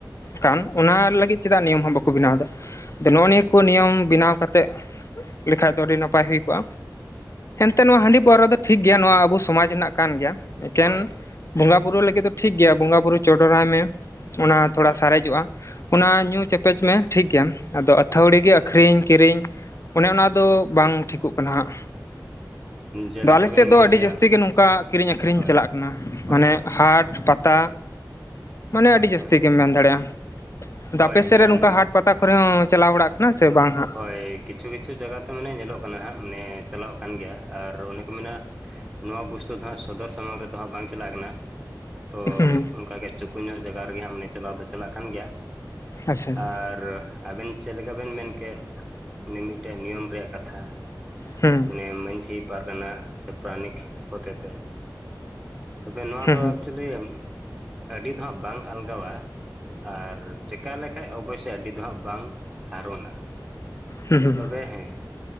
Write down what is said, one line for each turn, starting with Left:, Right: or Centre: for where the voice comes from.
Left: ᱠᱟᱱ ᱚᱱᱟ ᱞᱟᱹᱜᱤᱫ ᱪᱮᱫᱟᱜ ᱱᱤᱭᱚᱢ ᱦᱚᱸ ᱵᱟᱠᱚ ᱵᱮᱱᱟᱣ ᱫᱟ ᱟᱫᱚ
Right: ᱴᱷᱤᱠ
Left: ᱱᱚᱜᱼᱚ ᱱᱤᱭᱟᱹ ᱠᱩ ᱱᱤᱭᱚᱢ ᱵᱮᱱᱟᱣ ᱠᱟᱛᱮᱫ ᱞᱮᱠᱷᱟᱡ ᱫᱚ ᱟᱹᱰᱤ ᱱᱟᱯᱟᱭ ᱦᱩᱭ ᱠᱚᱜᱼᱟ ᱮᱱᱛᱮ ᱱᱚᱣᱟ ᱦᱟᱺᱰᱤ ᱯᱟᱹᱣᱨᱟᱹ ᱫᱚ ᱴᱷᱤᱠ ᱜᱮᱭᱟ ᱱᱚᱣᱟ ᱟᱵᱚ ᱥᱚᱢᱟᱡᱽ ᱨᱮᱱᱟᱜ ᱠᱟᱱ ᱜᱮᱭᱟ ᱮᱠᱮᱱ
Right: ᱦᱳᱭ
Left: ᱵᱚᱸᱜᱟ ᱵᱩᱨᱩ ᱞᱟᱹᱜᱤᱫ ᱫᱚ ᱴᱷᱤᱠ ᱜᱮᱭᱟ ᱵᱚᱸᱜᱟ ᱵᱩᱨᱩ ᱪᱚᱰᱚᱨᱟᱭ ᱢᱮ ᱚᱱᱟ ᱛᱷᱚᱲᱟ
Right: ᱦᱳᱭ
Left: ᱥᱟᱨᱮᱡᱚᱜᱼᱟ ᱚᱱᱟ ᱧᱩ ᱪᱮᱯᱮᱡᱽ ᱢᱮ ᱴᱷᱤᱠ ᱜᱮᱭᱟ ᱟᱫᱚ ᱟᱹᱛᱷᱟᱹᱣᱲᱤ ᱜᱮ ᱟᱹᱷᱨᱤᱧ ᱠᱤᱨᱤᱧ ᱚᱱᱮ ᱚᱱᱟᱫᱚ ᱵᱟᱝ ᱴᱷᱤᱠᱚᱜ ᱠᱟᱱᱟ ᱦᱟᱸᱜ
Right: ᱡᱮᱞᱮᱠᱟ
Left: ᱟᱫᱚ ᱟᱞᱮ
Right: ᱵᱮᱱ
Left: ᱥᱮᱫ ᱫᱚ
Right: ᱢᱮᱱ
Left: ᱟᱹᱰᱤ
Right: ᱠᱮᱭᱟ
Left: ᱡᱟᱹᱥᱛᱤ ᱜᱮ ᱱᱚᱝᱠᱟ ᱠᱤᱨᱤᱧ ᱟᱹᱠᱷᱨᱤᱧ
Right: ᱦᱳᱭ
Left: ᱪᱟᱞᱟᱜ ᱠᱟᱱᱟ
Right: ᱦᱳᱭ
Left: ᱢᱟᱱᱮ
Right: ᱦᱳᱭ
Left: ᱦᱟᱴ ᱯᱟᱛᱟ ᱢᱟᱱᱮ
Right: ᱦᱳᱭ
Left: ᱟᱹᱰᱤ
Right: ᱦᱳᱭ
Left: ᱡᱟᱹᱟᱥᱛᱤ ᱜᱮᱢ ᱢᱮᱱ ᱫᱟᱲᱮᱜᱼᱟ ᱫᱟ
Right: ᱦᱳᱭ
Left: ᱟᱯᱮ
Right: ᱦᱮᱸ
Left: ᱥᱮᱫ ᱨᱮ ᱱᱚᱝᱠᱟ ᱦᱟᱴ ᱯᱟᱛᱟ ᱠᱚᱨᱮ ᱦᱚᱸᱢ ᱪᱟᱞᱟᱣ ᱵᱟᱲᱟᱜ ᱠᱟᱱᱟ ᱥᱮ ᱵᱟᱝ ᱦᱟᱸᱜ
Right: ᱦᱳᱭ ᱠᱤᱪᱷᱩ ᱠᱤᱪᱷᱩ ᱡᱟᱜᱟ ᱟᱷᱛᱮ ᱢᱟᱱᱮ ᱧᱮᱞᱚᱜ ᱠᱟᱱᱟ ᱦᱟᱸᱜ ᱢᱟᱱᱮ ᱪᱟᱞᱟᱜ ᱠᱟᱱ ᱜᱮᱭᱟ ᱟᱨ ᱚᱱᱮᱠᱚ ᱢᱮᱱᱟ ᱱᱚᱣᱟ ᱵᱚᱥᱛᱩᱩ ᱫᱚ ᱦᱟᱸᱜ ᱥᱚᱫᱚᱨ ᱥᱟᱢᱟᱝ ᱨᱮᱫᱚ ᱦᱟᱸᱜ ᱵᱟᱝ ᱪᱟᱞᱟᱜ ᱠᱟᱱᱟ ᱛᱚ
Left: ᱦᱩᱸ
Right: ᱚᱱᱠᱟ ᱜᱮ ᱪᱩᱠᱩ ᱧᱚᱜ ᱡᱟᱜᱟ ᱨᱮᱜᱮ ᱢᱚᱱᱮ ᱪᱟᱞᱟᱣ ᱫᱚ ᱪᱟᱞᱟᱜ ᱠᱟᱱ ᱜᱮᱭᱟ
Left: ᱟᱪᱪᱷᱟ ᱟᱪᱪᱷᱟ
Right: ᱟᱨ ᱟᱵᱮᱱ ᱪᱮᱫ ᱞᱮᱠᱟ ᱵᱮᱱ ᱢᱮᱱ ᱠᱮᱫ ᱢᱤ ᱢᱤᱫᱴᱮᱡ ᱱᱤᱭᱚᱢ ᱨᱮᱭᱟᱜ ᱠᱟᱛᱷᱟ
Left: ᱦᱩᱸ
Right: ᱢᱟᱱᱮ ᱢᱟᱹᱡᱷᱤ ᱯᱟᱨᱜᱟᱱᱟ ᱥᱮ ᱯᱨᱟᱱᱤᱠ ᱦᱚᱛᱮᱛᱮ ᱛᱚᱵᱮ ᱱᱚᱣᱟ
Left: ᱦᱩᱸ
Right: ᱫᱚ ᱮᱠᱪᱩᱭᱮᱞᱤ ᱟᱹᱰᱤ ᱫᱚ ᱦᱟᱜ ᱵᱟᱝ ᱟᱞᱜᱟᱣᱟ ᱟᱨ ᱪᱮᱠᱟ ᱞᱮᱠᱷᱟᱡ ᱚᱵᱚᱥᱳᱭ ᱟᱹᱰᱤ ᱫᱚ ᱦᱟᱸᱜ ᱵᱟᱝ ᱦᱟᱨᱚᱱᱟ
Left: ᱦᱩᱸ ᱦᱩᱸ ᱦᱩᱸ
Right: ᱛᱚᱵᱮ ᱦᱮᱸ